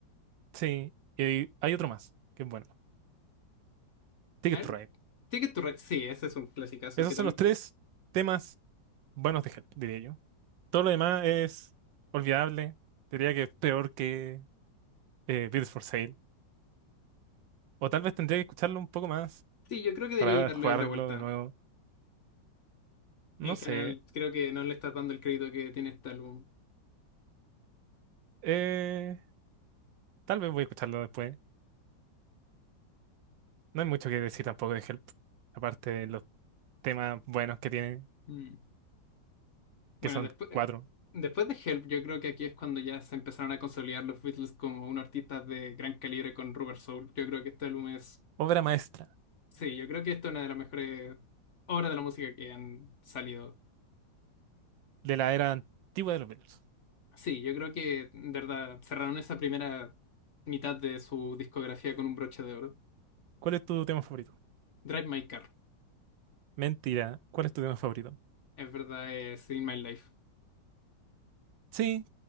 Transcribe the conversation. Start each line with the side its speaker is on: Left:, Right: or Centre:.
Right: sí. Y hay otro más, que es bueno. Ticket
Left: A ver,
Right: to Ride.
Left: Ticket to Ride, sí, ese es un clasicazo
Right: Esos
Left: que
Right: son
Left: también...
Right: los tres temas buenos de Help, diría yo. Todo lo demás es olvidable. Diría que es peor que eh, Beatles for Sale. O tal vez tendría que escucharlo un poco más
Left: Sí, yo creo que
Right: para
Left: deberíais darle
Right: jugarlo
Left: otra vuelta.
Right: de nuevo.
Left: En
Right: No
Left: general,
Right: sé.
Left: creo que no le estás dando el crédito que tiene este álbum.
Right: Eh, Tal vez voy a escucharlo después. No hay mucho que decir tampoco de Help. Aparte de los temas buenos que tiene,
Left: Mm. Bueno,
Right: que son
Left: después,
Right: cuatro.
Left: después de Help, yo creo que aquí es cuando ya se empezaron a consolidar los Beatles como unos artistas de gran calibre con Rubber Soul. Yo creo que este álbum es...
Right: Obra maestra
Left: Sí, yo creo que esta es una de las mejores obras de la música que han salido.
Right: de la era antigua de los Beatles.
Left: Sí, yo creo que, de verdad, cerraron esa primera mitad de su discografía con un broche de oro.
Right: ¿Cuál es tu tema favorito?
Left: Drive My Car,
Right: Mentira. ¿Cuál es tu tema favorito?
Left: es verdad, es In My Life.
Right: Sí.